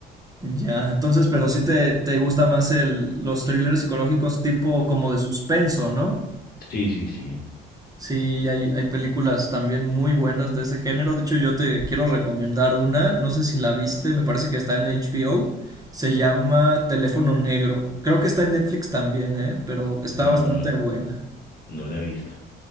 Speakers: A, on the right (about 20°); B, on the left (about 50°).
A: Ya, entonces, pero sí te, te gusta más el, los thrillers psicológicos tipo como de suspenso, ¿no?
B: Sí, sí, sí.
A: Sí, hay, hay películas también muy buenas de ese género. De hecho, yo te quiero recomendar una, no sé si la viste, me parece que está en HBO. Se llama Teléfono Negro. Creo que está en Netflix también, ¿eh? Pero está
B: No,
A: bastante
B: no,
A: buena.
B: no la he visto.